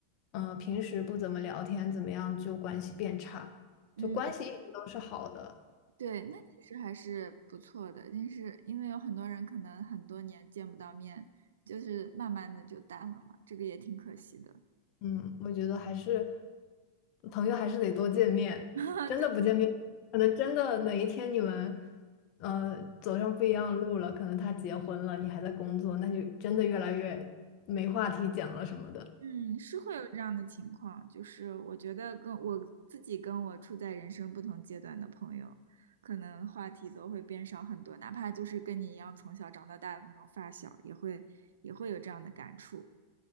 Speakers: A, on the left (about 40°); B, on the right (about 65°).
A: 嗯、平时不怎么聊天怎么样，就关系变差，
B: 嗯
A: 就关系一直都是好的。
B: 对，那其实还是不错的，但是因为有很多人可能很多年见不到面，就是慢慢的就淡了嘛，这个也挺可惜的。
A: 嗯，我觉得还是朋友还是得多见面，
B: <laughs>
A: 真的不见面，
B: 对，
A: 可能真的哪一天你们呃走上不一样的路了，可能他结婚了，你还在工作，那就真的越来越没话题讲了什么的。
B: 嗯，是会有这样的情况，就是我觉得跟我自己跟我处在人生不同阶段的朋友，可能话题都会变少很多，哪怕就是跟你一样从小长到大的那种发小，也会也会有这样的感触。